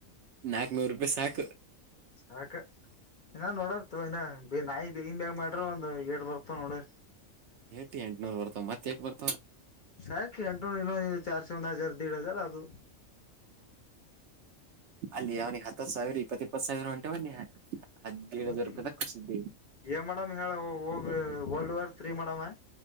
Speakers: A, on the right; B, on the left.
A: ನಾಕ್ ನೂರು ರೂಪಾಯಿ ಸಾಕ
B: ಸಾಕ ನ ನೋಡ ಇನ್ನ ನಾಯಿನ್ ಇನ್ನು ಮ್ಯಾಗ್ ಮಾಡ್ರ ಒಂದು ಎ ಬರ್ತ ಒಡೆ
A: ಎಟಿ ಎಂಟನೂರ್ ಬರ್ತಾವ ಮತ್ ಯಾಕ್ ಬರ್ತಾವ
B: ಸಾಕ ಎಂಟ ಇನ್ನೊ ಚಾರ್ಸ ಒಂದ್ ಹಜಾರ್ ದೀಡ ಹಜಾರ್ ಅದು
A: ಅಲ್ಲಿ ಅವ್ನಿಗೆ ಹತ್ತತ್ ಸಾವಿರ ಇಪ್ಪತ್ ಇಪ್ಪತ್ ಸಾವಿರ <unintelligible>
B: ಮತ್ತ
A: ರೂಪಾಯಿದಾಗ ಕೊಸಿದ್ದಿ
B: ಎನ್ ಮಾಡಮ್ ಹೇಳ ಹೋಗ ವರ್ಲ್ಡ್ ವಾರ್ ತ್ರ್ರೀ ಮಾಡವಾ